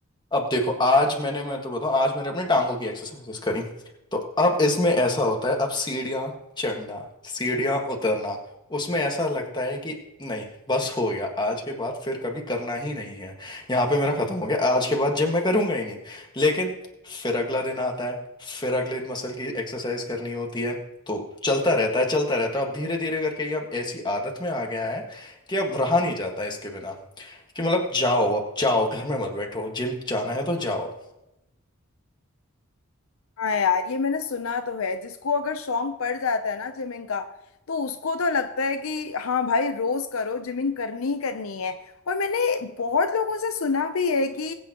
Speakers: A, on the left; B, on the left.
A: अब देखो आज मैंने मैं तो बताऊं आज मैंने अपने टांगों की एक्सरसाइजेस करी तो अब इसमें ऐसा होता है अब सीढ़ियाँ चढ़ना सीढ़ियाँ उतरना उसमें ऐसा लगता है कि नहीं बस हो गया आज के बाद फिर कभी करना ही नहीं है यहाँ पे मेरा खत्म हो गया आज के बाद जिम मैं करूंगा ही नहीं लेकिन फिर अगला दिन आता है फिर अगले मसल की एक्सरसाइज करनी होती है तो चलता रहता है चलता रहता है अब धीरे धीरे करके ये अब ऐसी आदत में आ गया है कि अब रहा नहीं जाता इसके बिना कि मतलब जाओ अब जाओ घर में मत बैठो जिम जाना है तो जाओ
B: हाँ यार ये मैंने सुना तो है जिसको अगर शौक पड़ जाता है ना जिमिंग का तो उसको तो लगता है कि हाँ भाई रोज करो जिमिंग करनी ही करनी है और मैंने बहुत लोगों से सुना भी है कि